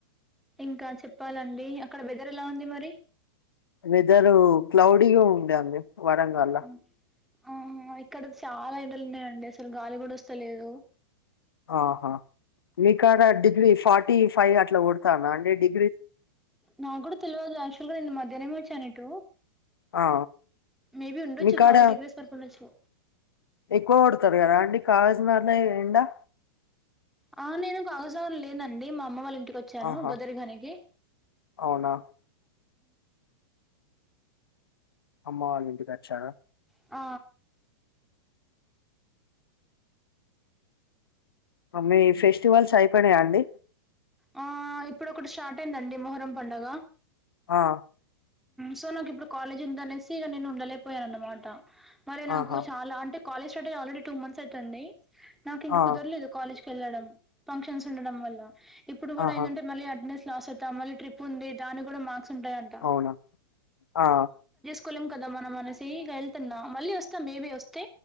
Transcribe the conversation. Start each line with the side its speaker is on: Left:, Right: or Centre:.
Centre: ఇంకా చెప్పాలండి అక్కడ వెదర్ ఎలా ఉంది మరి
Left: వెదరు క్లౌడీగా ఉండే అండి వరంగళ్ల
Centre: ఆ ఆ ఇక్కడ చాలా ఎండలు ఉన్నాయండి అసలు గాలి కూడా వస్తాలేదు
Left: ఆహా మీకాడ అండి డిగ్రీ ఫార్టీ ఫైవ్ అట్లా కొడతానా అండి డి
Centre: నాకు కూడా తెలియదు యాక్టుల్ల్య్ గా నిన్న మధ్యనమే వచ్చ నీతో
Left: ఆ
Centre: మేబి ఉండొచ్చు
Left: మీకాడ
Centre: ఫార్టీ డిగ్రీస్ వరకు ఉండొచ్చు
Left: ఎక్కువ కొడతారు కదా అంటే కాజనాడలో ఎడా
Centre: ఆ నేను కాగసావ లేనండి మా అమ్మ వాళ్ళ వచ్చాను
Left: ఆహా
Centre: గదరినికి
Left: అవునా అమ్మ వాళ్ళ ఇంటికి వచ్చారా
Centre: ఆ
Left: మా మీ ఫెస్టివల్స్ అయిపోనాయా అండి
Centre: ఆ ఇప్పుడు ఒకటి స్టార్ట్ అయిందండి మొహరం పండుగ
Left: ఆ
Centre: సో నాకు ఇప్పుడు కాలేజ్ ఉందినేసి ఇక నేను ఉండలేపోయాను అనమాట మరి నాకు
Left: ఆహా
Centre: చాలా అంటే కాలేజ్ స్టార్ట్ అయి ఆల్రెడీ టూ మంత్స్ అవుతుంది నాకు ఇంకా
Left: ఆ
Centre: కుదరలేదు కాలజ్ కి వెళ్ళడం ఫంక్షన్స్ ఉండడం వల్ల ఇప్పుడు కూడా
Left: ఆహా
Centre: ఏంటంటే మళ్ళీ అటెండెస్ కలాస అవుతా మళ్ళీ ట్రిప్ ఉంది దాని కూడా మర్క్స్ ఉంటాయంట
Left: అవునా ఆ
Centre: కులం కదా మన మనిసి వెళ్తున్నా మళ్ళీ వస్తా మేబి వస్తే